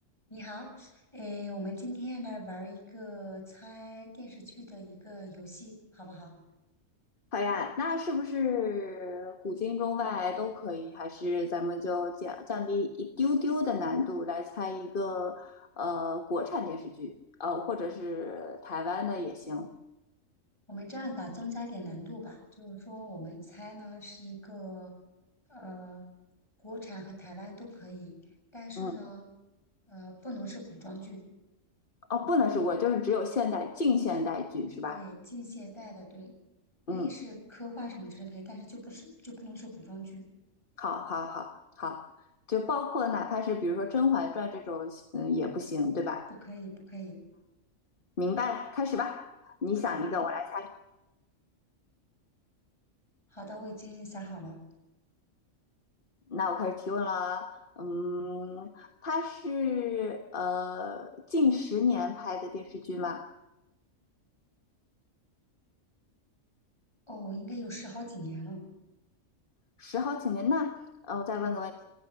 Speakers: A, on the left; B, on the left.
A: 你好，诶，我们今天来玩儿一个猜电视剧的一个游戏，好不好？
B: 好呀，那是不是古今中外都可以？还是咱们就降降低一丢丢的难度来猜一个呃国产电视剧，呃或者是台湾的也行。
A: 我们这样吧，增加点难度吧，就是说我们猜呢是一个呃，国产和台湾都可以，但是呢，
B: 嗯，
A: 呃，不能是古装剧，
B: 哦，不能是国，就是只有现代近现代剧是吧？
A: 对，近现代的，对，可以是科幻什么之类可以，
B: 嗯，
A: 但是就不是就不能是古装剧，
B: 好，好，好，好，就包括哪怕是比如说《甄嬛传》这种，嗯，也不行，对吧？
A: 不可以，不可以。
B: 明白了，开始吧。你想一个，
A: 嗯，
B: 我来猜。
A: 好的，我已经想好了，
B: 那我开始提问了。嗯，他是呃近十年拍的电视剧吗？
A: 哦，应该有十好几年了，
B: 十好几年。那呃，我再问个问题，
A: 对，